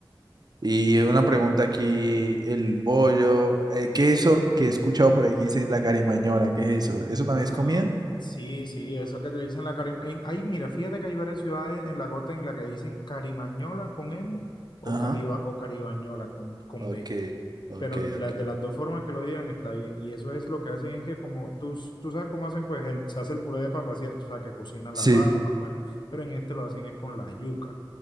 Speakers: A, on the right (about 55°); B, on the left (about 65°).
A: y una pregunta aquí, el bollo, eh, ¿qué es eso que he escuchado por ahí que dicen la carimañola? ¿Qué es eso? ¿Eso también es
B: ah,
A: comida?
B: sí, sí, eso que te dicen la cari- ay mira, fíjate que hay varias ciudades en la costa en la que dicen carimañola con M o
A: Ajá.
B: cariba, o caribañola con, con
A: Ok,
B: B.
A: ok,
B: pero la-
A: ok.
B: de las dos formas que lo digan está bien. Y eso es lo que hacen, es que como tú, s- tú sabes cómo hacen, pues el- se hace el puré de papa, ¿cierto? O sea, que cocinan
A: Sí,
B: la papa, bueno, pero en este lo hacen es con la yuca.